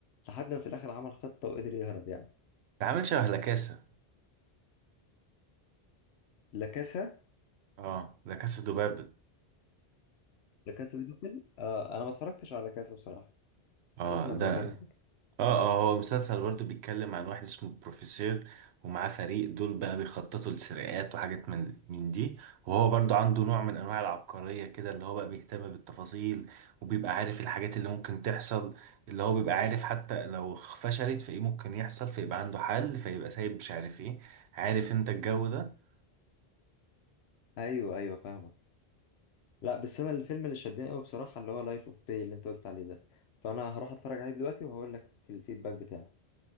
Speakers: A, on the left; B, on the right.
A: لحد ما في الاخر عمل خطه وقدر يهرب يعني
B: ده عامل شبه لاكاسا
A: لا كاسا
B: اه لاكاسا دوبابل
A: لا كاسا دي بابل آه انا ما اتفرجتش على كاسا بصراحه
B: اه
A: بس اسمع
B: ده
A: ان هو جامد
B: اه اه هو مسلسل برضه بيتكلم عن واحد اسمه بروفيسور ومعاه فريق دول بقى بيخططوا لسرقات وحاجات من من دي وهو برضه عنده نوع من انواع العبقرية كده اللي هو بقى بيهتم بالتفاصيل وبيبقى عارف الحاجات اللي ممكن تحصل اللي هو بيبقى عارف حتى لو فشلت فايه ممكن يحصل فيبقى عنده حل فيبقى سايب مش عارف ايه عارف انت الجو ده
A: ايوه ايوه فاهمه لا بس انا الفيلم اللي شدني قوي بصراحه اللي هو لايف اوف باي اللي انت قلت عليه ده فانا هروح اتفرج عليه دلوقتي وهقول لك الفيدباك بتاعي